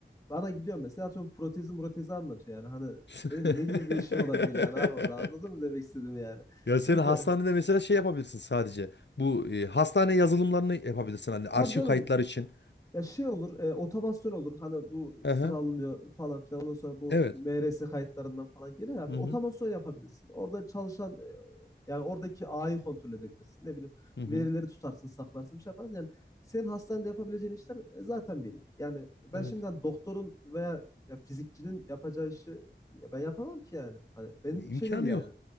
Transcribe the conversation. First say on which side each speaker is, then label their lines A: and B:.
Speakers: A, on the left; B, on the left.
A: bana gidiyor mesela atıyorum protezi protezi anlatıyor yani hani
B: <laughs>
A: benim ne gibi bir işim olabilir yani abi orada anladın mı demek istedim yani.
B: Ya
A: Şimdi
B: sen hastanede
A: ha-
B: mesela şey yapabilirsin sadece. Bu e, hastane yazılımlarını yapabilirsin hani arşiv
A: tabii canım
B: kayıtlar için.
A: Ya şey olur, e, otomasyon olur. Hani bu
B: Hı
A: sıralanıyor
B: hı.
A: falan filan. Ondan sonra bu
B: Evet.
A: MRS kayıtlarından falan geliyor ya.
B: Hı
A: Otomasyon
B: hı.
A: yapabilirsin. Orada çalışan e, yani oradaki ağayı kontrol edebilirsin. Ne bileyim
B: Hı hı.
A: verileri tutarsın, saklarsın, bir şey yaparsın. Yani senin hastanede yapabileceğin işler e, zaten belli. Yani ben
B: Evet.
A: şimdiden doktorun veya ya fizikçinin yapacağı işi ya ben yapamam ki yani. Hani benlik
B: İmkanı
A: bir şey değil yani.
B: yok.